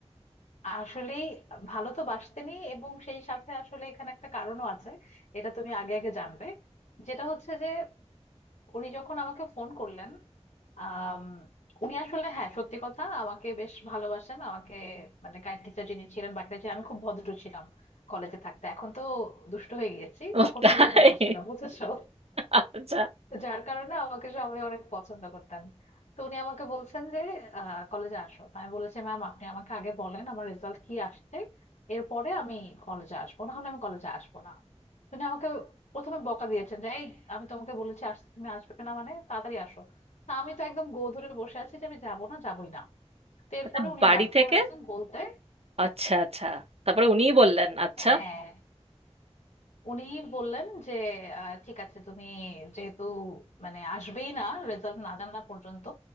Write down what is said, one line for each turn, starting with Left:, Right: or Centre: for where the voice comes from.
Left: আসলেই ভালো তো বাসতেনি এবং সেই সাথে আসলে এখানে একটা কারণও আছে এটা তুমি আগে আগে জানবে যেটা হচ্ছে যে উনি যখন আমাকে ফোন করলেন আম, উনি আসলে হ্যাঁ সত্যি কথা আমাকে বেশ ভালোবাসেন আমাকে মানে গাইড টিচার যিনি ছিলেন বাকিটা ছিলেন আমি খুব ভদ্র ছিলাম কলেজে থাকতে এখন তো দুষ্ট হয়ে গেছি
Right: ও
Left: তখন
Right: তাই
Left: খুবই ভদ্র ছিলাম বুঝেছো
Right: আচ্ছা
Left: যার কারণে আমাকে সবাই অনেক পছন্দ করতেন তো উনি আমাকে বলছেন যে কলেজে আসো তো আমি বলেছি ম্যাম আপনি আমাকে আগে বলেন আমার রেজাল্ট কি আসছে এরপরে আমি কলেজে আসবো না হলে আমি কলেজে আসবো না তো উনি আমাকে প্রথমে বকা দিয়েছেন যে এই আমি তোমাকে বলেছি আসতে তুমি আসবে না মানে তাড়াতাড়ি আসো তা আমি তো একদম গো ধরে বসে আছি যে আমি যাবো না যাবোই না তো এরপরে
Right: আচ্ছা
Left: উনি
Right: বাড়ি
Left: বাধ্য
Right: থেকে
Left: হয়েছেন বলতে
Right: আচ্ছা আচ্ছা তারপরে উনিই বললেন আচ্ছা
Left: হ্যাঁ উনি বললেন যে আহ, ঠিক আছে তুমি যেহেতু মানে আসবেই না রেজাল্ট না জানা পর্যন্ত